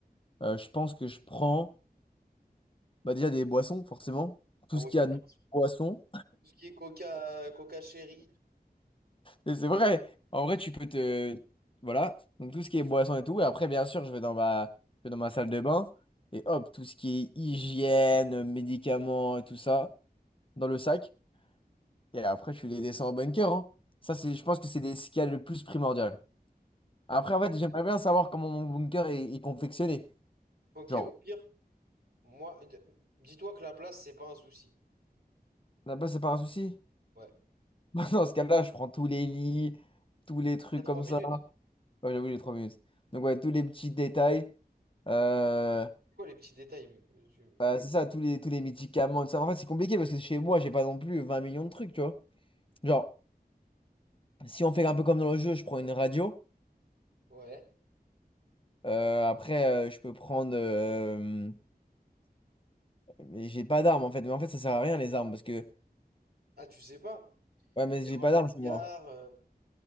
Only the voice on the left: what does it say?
Euh, je pense que je prends bah, déjà des boissons, forcément. Tout
ce
qu'il
y a
de boissons.
Et C'est vrai. En vrai, tu peux te... Voilà. Donc, tout ce qui est boisson et tout. Et après, bien sûr, je vais dans ma, je vais dans ma salle de bain. Et hop, tout ce qui est hygiène, médicaments et tout ça, dans le sac. Et après, tu les descends en bunker. hein. Ça, c'est, je pense que c'est des- ce qu'il y a le plus primordial. Après, en fait, j'aimerais bien savoir comment mon bunker est, est confectionné.
Genre,
là-bas, c'est pas un souci.
<laughs> Dans ce cas-là, je prends tous les lits, tous les trucs
comme
ça. Ouais, j'avoue, j'ai trois minutes. Donc, ouais, tous les petits détails. Euh...
Bah, c'est ça, tous les, tous les médicaments, tout ça. En fait, c'est compliqué parce que chez moi, j'ai pas non plus 20 millions de trucs, tu vois. Genre, si on fait un peu comme dans le jeu, je prends une radio.
Euh, après, euh, je peux prendre. euh, mais j'ai pas d'armes en fait. Mais en fait, ça sert à rien les armes parce que.
Ouais, mais j'ai
pas
d'armes,
c'est moi.